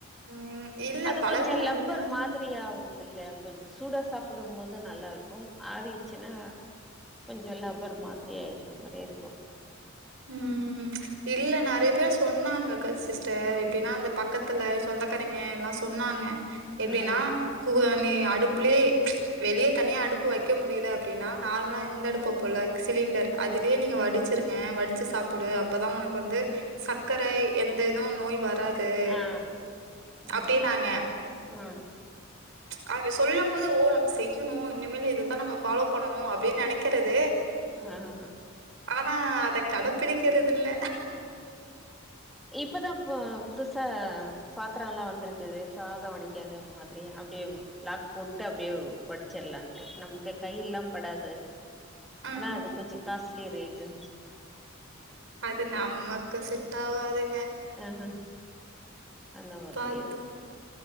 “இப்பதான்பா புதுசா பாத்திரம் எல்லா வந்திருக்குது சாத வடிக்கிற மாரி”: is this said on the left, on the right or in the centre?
Centre